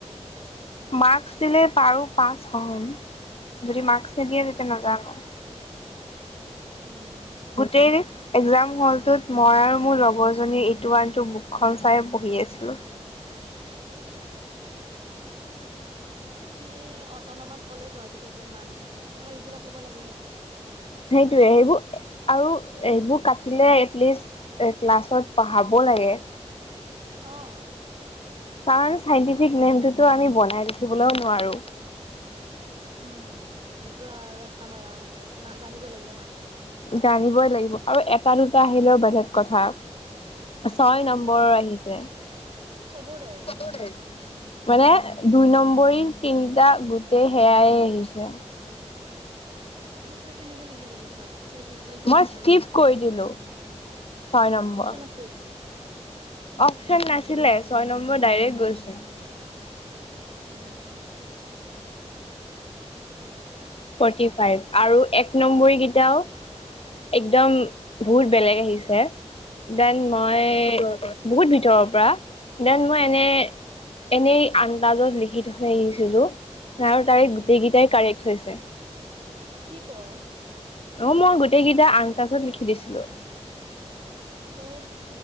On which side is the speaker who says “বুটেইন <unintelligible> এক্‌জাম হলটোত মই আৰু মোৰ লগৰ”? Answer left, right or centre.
Left